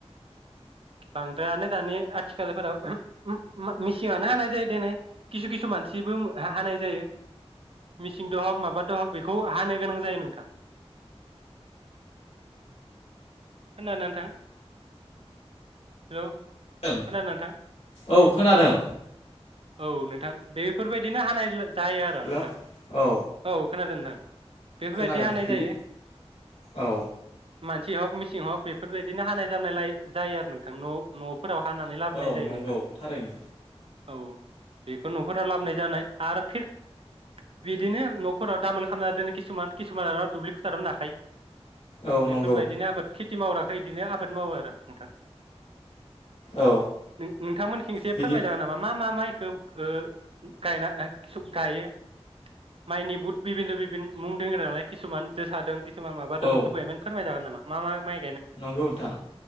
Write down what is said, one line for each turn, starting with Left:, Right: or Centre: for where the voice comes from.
Right: बांद्रायानो दानि आथिखालफोराव मिसिंङानो हानाय जायो देनाय किसु किसु मानसिबो हानाय जायो मिसिं द हक माबादो हक बेखौ हानो गोनां जायो नोंथां खोनादोंना नोंथां हेलौ?
Left: ओं
Right: खोनादों नोंथां
Left: औ खोनादों।
Right: औ नोंथां बेफोरबायदिनो हानाय जायो आरो
Left: हेल'
Right: नोंथां
Left: औ
Right: औ। खोनादों नोंथां। बेफोरबायदि
Left: खोनादों
Right: हानाय
Left: बिदि
Right: जायो
Left: औ
Right: मानसि हक मिसिं हक बेफोरबायदि दिनो हानाय जानायलाय जायो आरो नोंथां न न फोराव हानानै लाबोनाय
Left: औ
Right: जायो
Left: नंगौ
Right: नोंथां।
Left: थारैनो
Right: औ बेखो नफोराव लाबोनाय जानाय आरो फिल बिदिनो नफोराव दामोल खामना दोनो किसुमान किसुमान दुब्लि फोथारावनो नाखायो।
Left: औ
Right: बेफोरबायदिनो
Left: नंगौ
Right: आबाद खिथि थि मावग्राखो इदिनो आबाद मावो आरो नोंथां।
Left: औ
Right: नों-नोंथां मोननिखिं एसे
Left: बिदि
Right: फोरमाय जागोन नामा? माइखौ ओ गायना ओ सुब गायो माइनि बहुथ बिभिन्द' बिभिन मुं दङ नालाय। किसुमान जोसादों खिसुमान मायबादों
Left: औ
Right: एखो बायमान फोरमाय जागोन नामा? मा मा माय
Left: नंगौ नोंथां